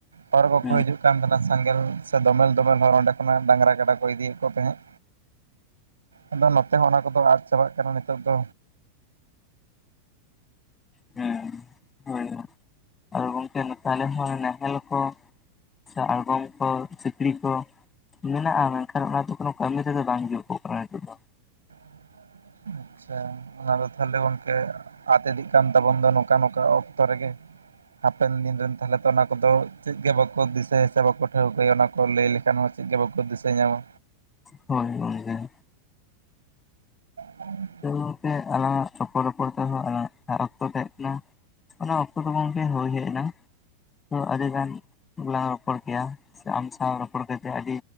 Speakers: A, on the right; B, on the left.
A: ᱦᱚᱲ ᱠᱚᱠᱚ
B: ᱦᱩᱸ
A: ᱦᱤᱡᱩᱜ ᱠᱟᱱ ᱛᱟᱦᱮᱱᱟ ᱥᱮᱸᱜᱮᱞ ᱥᱮ ᱫᱚᱢᱮᱞ ᱫᱚᱢᱮᱞ ᱦᱚᱲ ᱚᱸᱰᱮ ᱠᱷᱚᱱᱟᱜ ᱰᱟᱝᱨᱟ ᱠᱟᱰᱟ ᱠᱚ ᱤᱫᱤᱭᱮᱫ ᱠᱚ ᱛᱟᱦᱮᱸᱫ᱾ ᱟᱫᱚ ᱱᱚᱛᱮ ᱦᱚᱸ ᱚᱱᱟ ᱠᱚᱫᱚ ᱟᱫ ᱪᱟᱵᱟᱜ ᱠᱟᱱᱟ ᱱᱤᱛᱚᱜ ᱫᱚ᱾
B: ᱦᱩᱸ ᱦᱳᱭ ᱟᱨ ᱜᱚᱝᱠᱮ ᱛᱟᱦᱞᱮ ᱦᱚᱸ ᱱᱟᱦᱮᱞ ᱠᱚ ᱥᱮ ᱟᱲᱜᱚᱢ ᱠᱚ ᱥᱤᱠᱲᱤ ᱠᱚ ᱢᱮᱱᱟᱜᱼᱟ᱾ ᱢᱮᱱᱠᱷᱟᱱ ᱚᱱᱟ ᱫᱚ ᱠᱳᱱᱳ ᱠᱟᱹᱢᱤ ᱛᱮᱫᱚ ᱵᱟᱝ ᱡᱤᱡᱩᱜᱚᱜ ᱠᱟᱱᱟ ᱱᱤᱛᱚᱜ ᱫᱚ᱾
A: <inaudible> ᱟᱪ-ᱪᱷᱟ ᱚᱱᱟ ᱫᱚ ᱛᱟᱦᱚᱞᱮ ᱜᱚᱝᱠᱮ ᱟᱫ ᱤᱫᱤᱜ ᱠᱟᱱ ᱛᱟᱵᱚᱱ ᱫᱚ ᱱᱚᱝᱠᱟ ᱱᱚᱝᱠᱟ ᱚᱠᱛᱚ ᱨᱮᱜᱮ᱾ ᱦᱟᱯᱮᱱ ᱫᱤᱱ ᱨᱮᱱ ᱛᱟᱦᱚᱞᱮ ᱛᱚ ᱚᱱᱟ ᱠᱚᱫᱚ ᱪᱮᱫ ᱜᱮ ᱵᱟᱠᱚ ᱫᱤᱥᱟᱹᱭᱟ ᱥᱮ ᱵᱟᱠᱚ ᱴᱷᱟᱹᱣᱠᱟᱹᱭᱟ ᱚᱱᱟ ᱠᱚ ᱞᱟᱹᱭ ᱞᱮᱠᱷᱟᱱ ᱦᱚᱸ᱾ ᱪᱮᱫ ᱜᱮ ᱵᱟᱠᱚ ᱫᱤᱥᱟᱹ ᱧᱟᱢᱟ᱾
B: ᱦᱳᱭ ᱦᱳᱭ <inaudible>
A: <inaudible>
B: ᱪᱛᱮ ᱟᱞᱟᱝᱟᱜ ᱨᱚᱯᱚᱲᱼ ᱨᱚᱯᱚᱲ ᱛᱮᱦᱚᱸ ᱟᱞᱟᱝᱟᱜ ᱛᱟᱦᱮᱸ ᱚᱠᱛᱚ ᱛᱟᱦᱮᱸ ᱠᱟᱱᱟ᱾ ᱚᱱᱟ ᱚᱠᱛᱚ ᱫᱚ ᱜᱚᱢᱠᱮ ᱦᱩᱭ ᱦᱮᱡ ᱮᱱᱟ᱾ ᱛᱚ ᱟᱹᱰᱤ ᱜᱟᱱᱞᱟ ᱨᱚᱯᱚᱲ ᱠᱮᱭᱟ ᱥᱮ ᱟᱢ ᱥᱟᱶ ᱨᱚᱯᱚᱲ ᱠᱟᱛᱮ ᱟᱹᱰᱤ